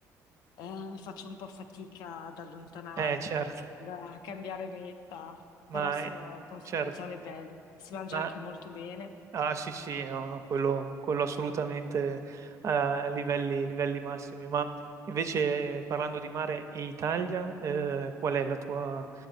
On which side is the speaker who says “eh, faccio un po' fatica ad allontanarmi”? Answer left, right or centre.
Left